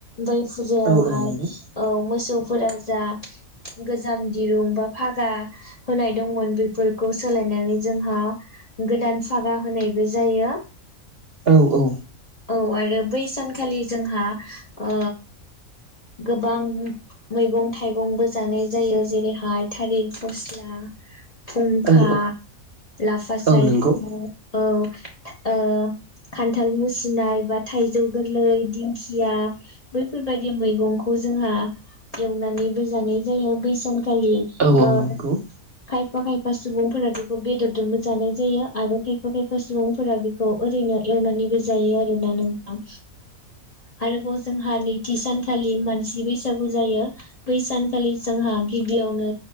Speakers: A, on the left; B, on the right.
A: बै फुजायावहाय
B: औ औ नंगौ
A: औ मोसौफोराव जा गोजाम दिरुं बा फागा होनाय दंमोन बेफोरखौ सोलायनानै जोंहा गोदान फागा होनायबो जायो।
B: औ औ
A: औ आरो बै सानखालि जोंहा ओ गोबां मैगं-थाइगंबो जानाय जायो जेरैहाय थालिर फस्ला, फुंखा,
B: औ
A: लाफा सायख',
B: औ नंगौ
A: औ ओ खान्थाल मुसिनाय बा थाइजौ गोरलै दिंखिया बैफोरबायदि मैगंखौ जों हा एवनानैबो जानाय जायो बै सानखालि
B: औ
A: ओ
B: नंगौ औ
A: खायफा खायफा सुबुंफोरा बेखौ बेदरजोंबो जानाय जायो आरो खायफा खायफा सुबुंफोरा बेखौ ओरै नो एवनानैबो जायो आरो नोंथां। आरोबाव जोंहा नैथि सानखालि मानसि बैसागु जायो बै सान खालि जोंहा गिबियावनो